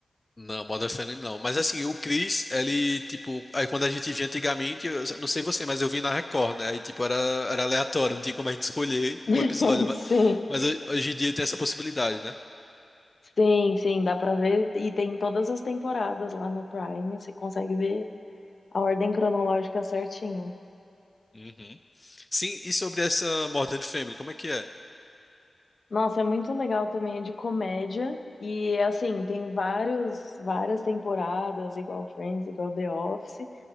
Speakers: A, on the left; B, on the left.
A: Não, Modern Family não. Mas assim, o Chris, ele, tipo, aí quando a gente via antigamente, eu não sei você, mas eu vi na Record, né? Aí, tipo, era, era aleatório, não tinha como a gente escolher
B: <laughs>
A: o episódio. Mas,
B: Sim,
A: mas ho- hoje em dia tem essa possibilidade, né?
B: sim, sim, dá pra ver. E tem todas as temporadas lá no Prime. Você consegue ver a ordem cronológica certinho.
A: Uhum. Sim, e sobre essa Modern Family, como é que é?
B: Nossa, é muito legal também, é de comédia. E assim, tem vários, várias temporadas, igual Friends, igual The Office.